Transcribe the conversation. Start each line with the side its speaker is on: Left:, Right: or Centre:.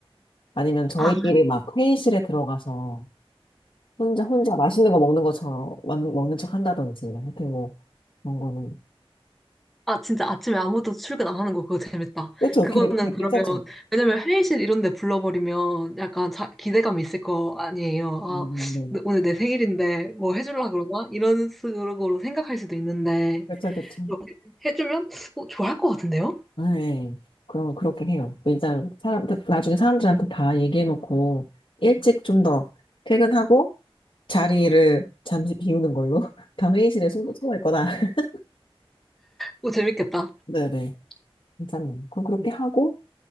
Left: 아니면 저희끼리
Centre: 아,
Left: 막 회의실에 들어가서 혼자, 혼자 맛있는 거 먹는 것처럼, 먹는, 먹는 척 한다든지, 하여튼 뭐, 그런 거는.
Centre: 아, 진짜 아침에 아무도 출근 안 하는 거 그거 재밌다.
Left: 그쵸,
Centre: 그거는
Left: 괜-
Centre: 그러면,
Left: 괜찮죠?
Centre: 왜냐면 회의실 이런 데 불러버리면 약간 자, 기대감이 있을 거 아니에요. 아,
Left: 음, 네.
Centre: 오늘 내 생일인데 뭐 해주려고 그러나? 이런 식으로 생각할 수도 있는데.
Left: 그쵸, 그쵸.
Centre: 이렇게 해주면 어, 좋아할 것 같은데요?
Left: 네. 그럼 그렇게 해요. 일단 사람 나중에 사람들한테 다 얘기해 놓고 일찍 좀 더 퇴근하고 자리를 잠시 비우는 걸로 <laughs> 다 회의실에 숨 숨어 있거나. <laughs>
Centre: 어, 재밌겠다.
Left: 네네. 괜찮네요. 그럼 그렇게 하고